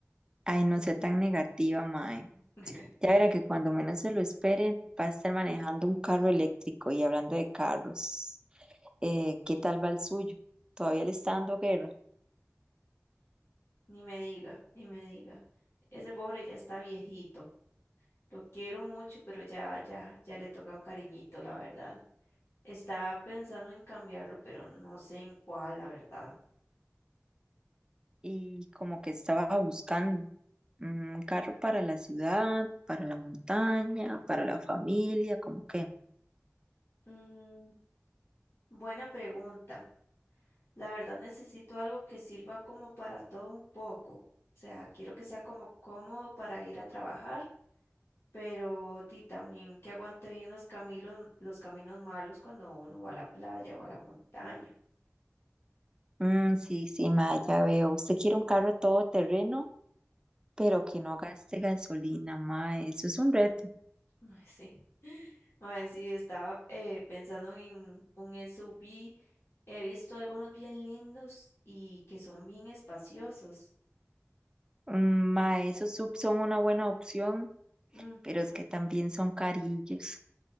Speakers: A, on the right; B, on the left.
A: Ay, no sea tan negativa, mae.
B: <laughs>
A: Ya verá que cuando menos se lo espere, va a estar manejando un carro eléctrico y hablando de carros. eh, qué tal va el suyo. Todavía le está dando guerra
B: Ni me diga, ni me diga. Ese pobre ya está viejito. Lo quiero mucho, pero ya, ya, ya le toca un cariñito, la verdad. Estaba pensando en cambiarlo, pero no sé en cuál, la verdad.
A: y como que estaba buscando un carro para la ciudad, para la montaña, para la familia, como que.
B: Mm, buena pregunta. La verdad necesito algo que sirva como para todo un poco. O sea, quiero que sea como cómodo para ir a trabajar, pero di también que aguante bien los caminos, los caminos malos cuando uno va a la playa o a la montaña.
A: Mm, sí, sí, ma, ya veo. Usted quiere un carro todoterreno, pero que no gaste gasolina, ma, eso es un reto.
B: Mae, sí. Mae, sí, estaba eh, pensando en un SUV. He visto algunos bien lindos y que son bien espaciosos.
A: Mm, ma, esos SUV son una buena opción,
B: Ujú.
A: pero es que también son carillos.